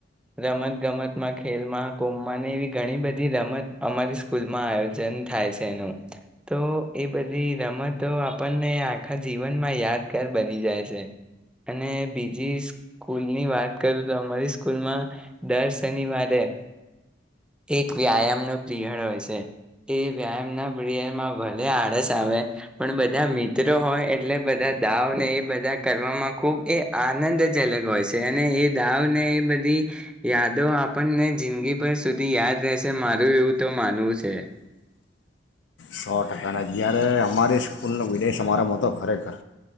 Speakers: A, in the centre; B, on the left (about 75°).
A: રમત ગમતમાં ખેલમાં <unintelligible> એવી ઘણી બધી રમત અમારી સ્કૂલમાં આયોજન થાય છે એનું તો એ બધી રમતો આપણને આખા જીવનમાં યાદગાર બની જાય છે અને બીજી સ્કૂલની વાત કરું તો અમારી સ્કૂલમાં દર શનિવારે એક વ્યાયામ નો પ્રિયળ હોય છે એ વ્યાયામ ના પ્રિયરમાં ભલે આળસ આવે પણ બધા મિત્રો હોય એટલે બધા દાવને એ બધા કરવામાં ખૂબ એ આનંદજલક હોય છે અને એ દાવને એ બધી યાદો આપણને જિંદગી ભર સુધી યાદ રહેશે મારું એવું તો માનવું છે
B: સો ટકાના જ્યારે અમારી સ્કૂલનો વિદાય સમારંભ હતો ખરેખર